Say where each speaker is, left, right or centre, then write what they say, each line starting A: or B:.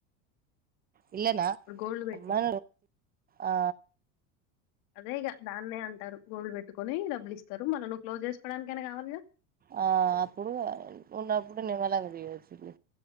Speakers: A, on the right (about 25°); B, on the left (about 60°).
A: ఇల్నా
B: ఇప్పుడు గోల్డ్ పెట్టి
A: అమ్మ ఆ
B: అదే ఇగ దాన్నే అంటారు గోల్డ్ పెట్టుకోని డబ్బులు ఇస్తారు మల్ల నువ్వు క్లోజ్ చేసుకోవడానికైనా కావాలిగా
A: ఆ అప్పుడు ఉన్నప్పుడు నిమ్మలంగా చేయొచ్చు